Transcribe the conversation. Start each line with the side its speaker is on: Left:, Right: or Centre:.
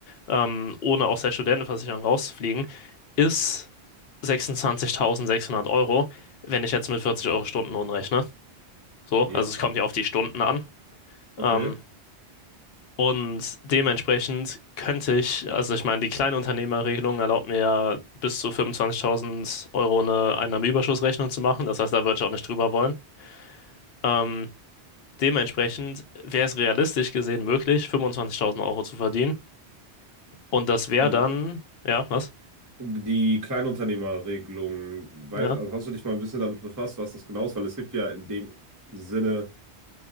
Left: ähm, ohne aus der Studentenversicherung rauszufliegen, ist 26.600 Euro, wenn ich jetzt mit 40 Euro Stundenlohn rechne. So,
Right: Ja,
Left: also es kommt ja auf die Stunden an.
Right: okay.
Left: Ähm, Und dementsprechend könnte ich, also ich meine, die Kleinunternehmerregelung erlaubt mir ja bis zu 25.000 Euro eine Einnahmenüberschussrechnung zu machen. Das heißt, da würde ich auch nicht drüber wollen. Ähm, dementsprechend wäre es realistisch gesehen möglich, 25.000 Euro zu verdienen. Und das wäre
Right: Ähm,
Left: dann, ja, was?
Right: die Kleinunternehmerregelung, weiß,
Left: Ja.
Right: also hast du dich mal ein bisschen damit befasst, was das genau ist? Weil es gibt ja in dem Sinne